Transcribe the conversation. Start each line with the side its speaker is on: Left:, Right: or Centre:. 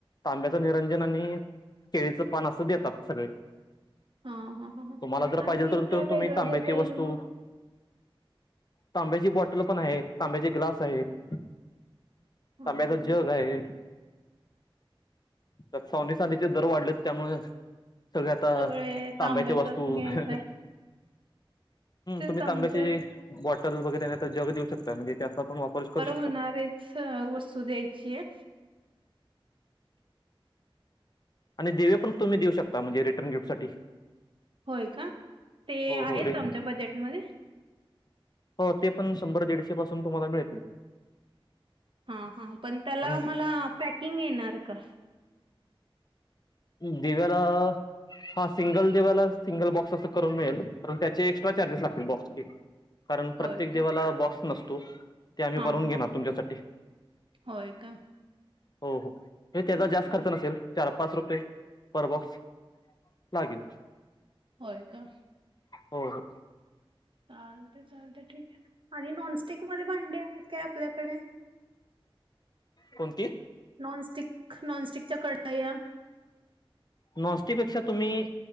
Left: तांब्याचं निरंजन आणि केळीचं पान असं देतात सगळे
Right: हा हा ह
Left: तुम्हाला
Right: ह
Left: जर
Right: आणखीन
Left: पाहिजेल तर त
Right: काय वेगळं
Left: तुम्ही तांब्याची
Right: देता
Left: वस्तू
Right: येईल मग
Left: तांब्याची बॉटल पण आहेत. तांब्याचे ग्लास आहेत.
Right: ह ह
Left: तांब्याच्या जग आहे. तर सोन्या चांदीचे दर वाढलेत त्यामुळे सगळी आता
Right: सगळे
Left: तांब्याच्या
Right: तांब्याचच
Left: वस्तू
Right: घेतात
Left: हम्
Right: तेच
Left: तुम्ही
Right: आमच्या
Left: तांब्याची बॉटल वगैरे त्यांना जग देऊ शकता म्हणजे त्याचा पण वापर करू शकतात.
Right: होणारेच वस्तू द्यायची आहे
Left: आणि दिवे पण तुम्ही देऊ शकता म्हणजे रिटर्न गिफ्टसाठी
Right: होय का, ते
Left: हो
Right: आहेत
Left: रे
Right: आमच्या बजेटमध्ये?
Left: हो ते पण शंभर दीडशे पासून तुम्हाला मिळतील.
Right: हा हा पण त्याला
Left: आणि
Right: मला पॅकिंग येणार. का?
Left: दिव्याला, हा सिंगल दिव्याला सिंगल बॉक्स असं करून मिळेल पण त्याचे एक्स्ट्रा चार्जेस लागतील बॉक्सचे. कारण
Right: होय
Left: प्रत्येक देवाला
Right: का
Left: बॉक्स नसतो. तो ते आम्ही
Right: हा
Left: बनवून
Right: हा
Left: घेणार
Right: हा
Left: तुमच्यासाठी,
Right: होय का
Left: हो हो त्याचा
Right: बरं
Left: जास्त खर्च नसेल चार पाच रु ते परबॉक्स लागेल.
Right: होय का?
Left: हो हो
Right: चालते चालते ठीक आहे आणि नॉन स्टिक मध्ये भांडी आहेत काय आपल्याकडे?
Left: कोणती
Right: नॉनस्टिक नॉनस्टिकच्या कढया.
Left: नॉनस्टीपेक्षा तुम्ही